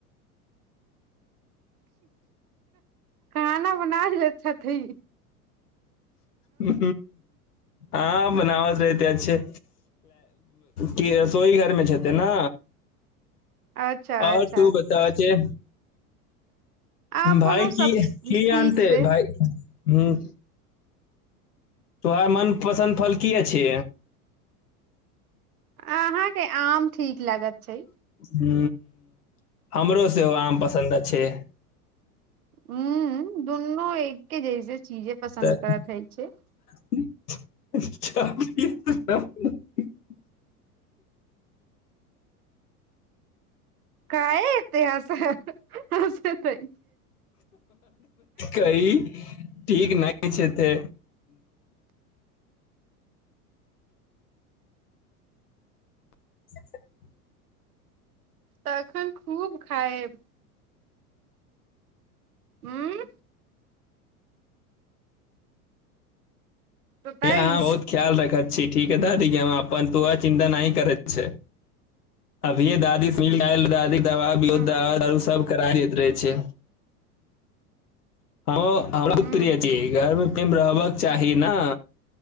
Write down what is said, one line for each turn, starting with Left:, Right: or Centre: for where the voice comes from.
Right: खाना बनाय लैत छथि
Left: ह हँ बनावट रहते अच्छे की रसोई घरमे छै ते ने
Right: अच्छा
Left: आओर
Right: अच्छा
Left: तू बता छै
Right: अपनो
Left: भाई
Right: सब
Left: की की
Right: ठीक
Left: आनते
Right: से
Left: भाइ हू तोहर मनपसन्द फल की अछि
Right: अहाँके आम ठीक लागत छै
Left: ह हमरो सेहो आम पसन्द छै
Right: ह दूनु एके जैस चीजे पसन्द
Left: तऽ
Right: करत हइ छै
Left: <unintelligible>
Right: काय एतै हसे हस्त हैइ
Left: कही ठीक नहि छै ते <inaudible>
Right: तखन खूब खायब उं सताइस
Left: भैया हम बहुत ख्याल रख छी ठीक है दादी हम अपन तोह
Right: ह
Left: चिन्ता नहि करैत अभीे दादी स मिल दादी दबा दबा
Right: ह
Left: दारू सब करा दैत रहे छै हमरा बहुत
Right: हँ
Left: प्रिय छी घरमे रहबक चाही ने